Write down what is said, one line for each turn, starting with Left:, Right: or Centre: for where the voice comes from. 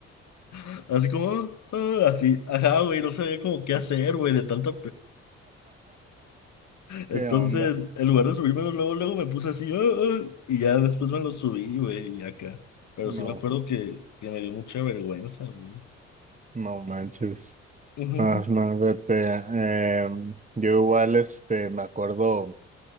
Left: <laughs> Así como, ah, así, ajá, güey, no sabía como qué hacer, güey, de tanta. Entonces,
Right: ¿Qué onda?
Left: en lugar de subírmelos luego, luego me puse así, "Ah, ah", y ya después me los subí, güey, y acá. Pero
Right: No,
Left: sí me acuerdo que, que me dio mucha vergüenza, güey.
Right: no manches.
Left: Ujú,
Right: Ah, no, vete. Em, yo igual, este, me acuerdo,